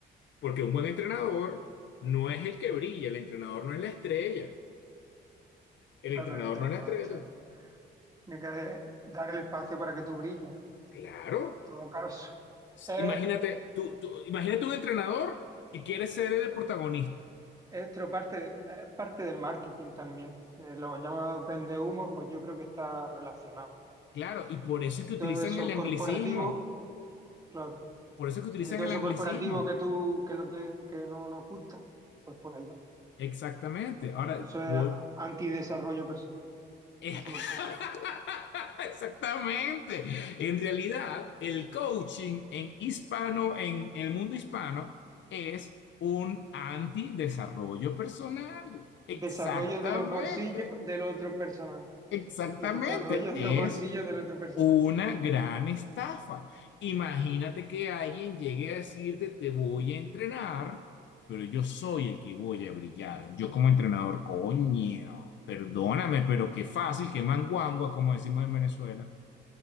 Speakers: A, on the left; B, on the right.
A: Porque un buen entrenador no es el que brilla, el entrenador no es la estrella. El
B: Claro,
A: entrenador
B: el entrenador
A: no es la estrella.
B: te- tiene que dar el espacio para que tú brilles,
A: Claro.
B: en todo caso.
A: S-
B: Eh,
A: Imagínate, tú, tú- imagínate un entrenador que quiere ser el protagonista.
B: Esto parte, es parte del marketing también. Eh, lo llamado vendehumos, pues yo creo que está relacionado.
A: Claro, y por
B: Y
A: eso es que utilizan
B: todo eso
A: el anglicismo.
B: corporativo, claro.
A: Por eso es que utilizan
B: Y de todo
A: el
B: eso
A: anglicismo.
B: corporativo que tú, que no te, que no nos gusta, pues por ahí va.
A: Exactamente. Ahora,
B: Eso es
A: voy-
B: antidesarrollo personal,
A: es
B: en
A: <laughs>
B: todo caso.
A: Exactamente. En realidad, el coaching en hispano, en el mundo hispano, es un antidesarrollo personal. Exactamente.
B: Desarrollo de los bolsillos del otro personal.
A: Exactamente.
B: Y desarrollo
A: Es
B: de los bolsillos del otro personal.
A: una gran estafa. Imagínate que alguien llegue a decirte, te voy a entrenar, pero yo soy el que voy a brillar. Yo como entrenador, coño. Perdóname, pero qué fácil, qué manguangua, como decimos en Venezuela.